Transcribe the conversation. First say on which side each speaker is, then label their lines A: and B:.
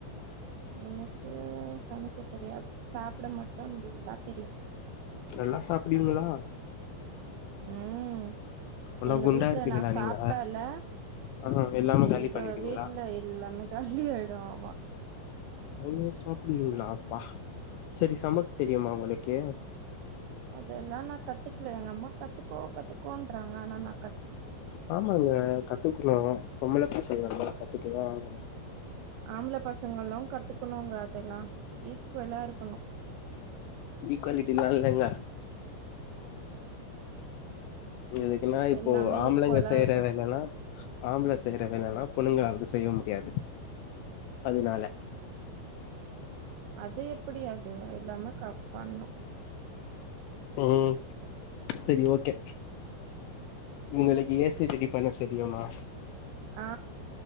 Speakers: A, on the right; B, on the left.
A: எனக்கு சமைக்க தெரியாது சாப்ட மட்டு நல்லா தெரியு
B: நல்லா சாப்டுவீங்களா
A: ம்
B: ஆனா
A: எங்க
B: குண்டா
A: வீட்ல
B: இருப்பீங்களா
A: நா சாப்ட்டால்ல
B: நீங்க ஆ எல்லாமே
A: எங்க
B: காலி பண்ணிடுவீங்களா
A: வீட்ல எல்லாமே காலி ஆயிடு ஆமா
B: அவ்ளோ சாப்டுவீங்ளா அப்பா செரி சமக்க தெரியுமா ஒங்களுக்கு
A: அதெல்லா நா கத்துக்கல எங்க அம்மா கத்துக்கோ கத்துக்கோன்றாங்க ஆனா நா கத்து
B: ஆமாங்க கத்துக்குணு பொம்பள பசங்கல்ல கத்துக்குனுதா ஆகணு
A: ஆம்பள பசங்களு கத்துக்கணுங்க அதெல்லா ஈக்வலா இருக்கணு
B: ஈக்வாலிட்டிலா இல்லங்க எதுக்குனா இப்போ
A: எல்லாமே
B: ஆம்பளைங்க
A: ஈக்குவலா
B: செய்ற
A: இருக்கணு
B: வேலனா ஆம்பள செய்ற வேலலா பொண்ணுங்களாவது செய்ய முடியாது அதுனால
A: அது எப்டி அது எல்லாமே கப் பண்ணு
B: ம் சரி ஓகே உங்களுக்கு ஏ சி ரெடி பண்ண தெரியுமா
A: ஆ